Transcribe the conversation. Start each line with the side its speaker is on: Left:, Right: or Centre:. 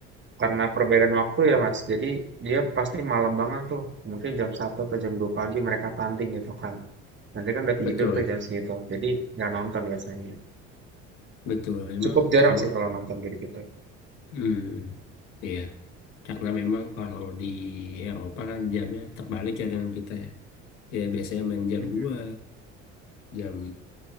Right: karena perbedaan waktu ya Mas. Jadi dia pasti malam banget tuh. Mungkin jam satu atau jam 2 pagi mereka tanding gitu kan. Nanti kan udah tidur
Left: Betul.
Right: tuh jam segitu. Jadi nggak nonton biasanya.
Left: Betul, memang
Right: Cukup jarang
Left: kalau
Right: sih kalau nonton dari kita.
Left: hmm, iya, karena memang kalau di Eropa kan jamnya terbalik ya dengan kita ya. ya biasanya main jam
Right: Mm-mm.
Left: dua jam